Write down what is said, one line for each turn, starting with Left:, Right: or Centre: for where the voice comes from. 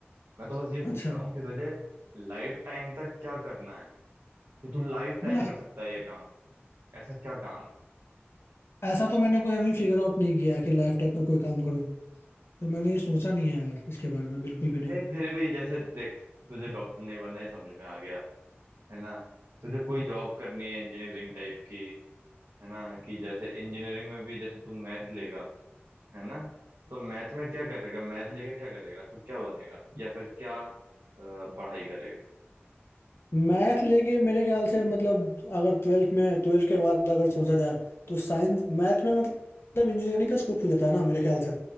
Right: मैं तो बस ये
Left: अच्छा
Right: पूछ रहा हूँ कि तुझे लाइफ टाइम तक क्या करना है कि तू लाइफ टाइम
Left: लाइफ
Right: कर सकता है ये काम ऐसा क्या काम है
Left: ऐसा तो मैंने कोई अभी फिगर आउट नहीं किया है कि लाइफ टाइम में कोई काम करूं तो मैंने ये सोचा नहीं है यार इसके बारे में बिल्कुल भी नहीं
Right: नहीं फिर भी जैसे देख तुझे डॉक्टर नहीं बनना ये समझ में आ गया है ना तुझे कोई जॉब करनी है इंजीनियरिंग टाइप की है ना कि जैसे इंजीनियरिंग में भी जैसे तू मैथ लेगा है ना तो मैथ में क्या करेगा मैथ लेके क्या करेगा तू क्या बनेगा या फिर क्या अ, पढ़ाई करेगा
Left: मैथ लेके मेरे ख्याल से मतलब अगर ट्वेल्थ में ट्वेल्थ के बाद अगर सोचा जाए तो साइंस मैथ में मतलब इंजीनियरिंग का स्कोप खुल जाता है ना मेरे ख्याल से